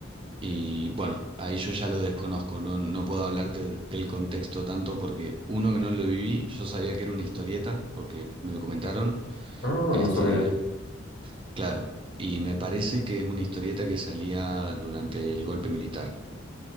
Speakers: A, on the right; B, on the left.
A: Y bueno, ahí yo ya lo desconozco, no, no puedo hablarte de- del contexto tanto porque uno que no lo viví, yo sabía que era una historieta porque me lo comentaron,
B: Ah,
A: este,
B: no sabía.
A: claro, y me parece que es una historieta que salía durante el golpe militar,